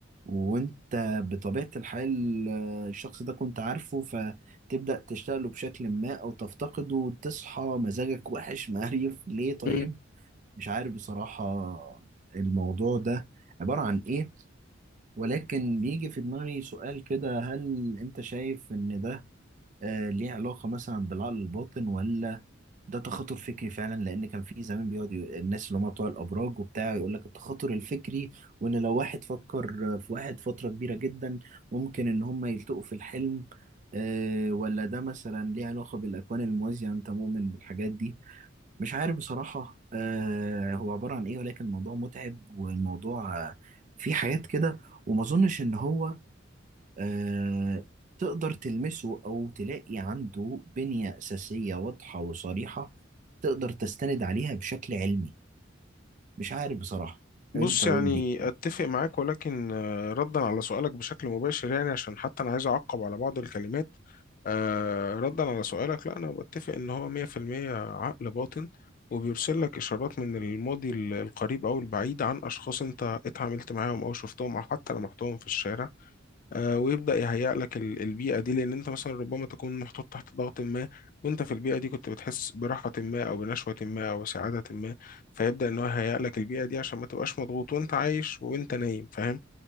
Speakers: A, on the right (about 40°); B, on the left (about 45°).
A: وانت بطبيعة الحال آه، الشخص ده كنت عارفه فتبدأ تشتغله بشكل ما او تفتقده وتصحى مزاجك وحش مقريف ليه طيب
B: مهم.
A: مش عارف بصراحة الموضوع ده عبارة عن ايه ولكن بيجي في دماغي سؤال كده هل انت شايف ان ده آه، ليه علاقة مثلا بالعقل الباطن ولا ده تخاطر فكري فعلا لان كان في زمان بيقعد ي- الناس اللي هم بتوع الابراج وبتاع يقول لك التخاطر الفكري وان لو واحد فكر في واحد فتره كبيره جدا ممكن ان هم يلتقوا في الحلم آه، ولا ده مثلا ليه علاقه بالاكوان الموازيه انت مؤمن بالحاجات دي مش عارف بصراحه آه، هو عباره عن ايه ولكن الموضوع متعب والموضوع آه، فيه حاجات كده وما اظنش ان هو آه، تقدر تلمسه أو تلاقي عنده بنية أساسية واضحة وصريحة تقدر تستند عليها بشكل علمي مش عارف بصراحة
B: بص
A: أنت قول
B: يعني
A: لي
B: اتفق معاك ولكن آه، ردا على سؤالك بشكل مباشر يعني عشان حتى انا عايز اعقب على بعض الكلمات آه، ردا على سؤالك لا انا بتفق ان هو 100% عقل باطن وبيرسل لك اشارات من الماضي ال- القريب او البعيد عن اشخاص انت اتعاملت معاهم او شفتهم او حتى لمحتهم في الشارع آه، ويبدأ يهيئ لك ال- البيئة دي لأن أنت مثلا ربما تكون محطوط تحت ضغط ما وأنت في البيئة دي كنت بتحس براحة ما أو بنشوة ما أو سعادة ما فيبدأ إن هو يهيئ لك البيئة دي عشان ما تبقاش مضغوط وأنت عايش وأنت نايم فاهم